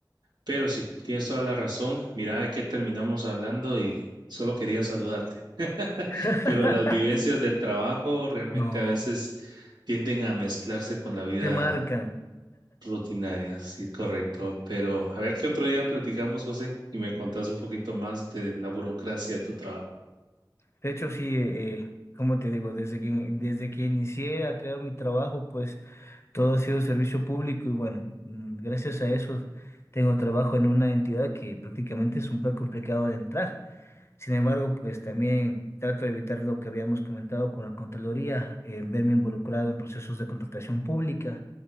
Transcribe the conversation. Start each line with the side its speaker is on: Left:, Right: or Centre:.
Right: Pero sí, tienes toda la razón. Mira de qué terminamos hablando y solo quería saludarte.
Left: <laughs>
Right: Pero las vivencias del trabajo realmente
Left: No,
Right: a veces tienden a mezclarse con la vida
Left: te marcan.
Right: rutinaria, sí, correcto. Pero a ver qué otro día platicamos, José, y me contás un poquito más de la burocracia de tu trabajo.
Left: De hecho, sí, eh, como te digo, desde que, desde que inicié acá mi trabajo, pues Todo ha sido servicio público y bueno, mm, gracias a eso tengo trabajo en una entidad que prácticamente es un poco complicado de entrar. Sin embargo, pues también trato de evitar lo que habíamos comentado con la Contraloría, eh, verme involucrado en procesos de contratación pública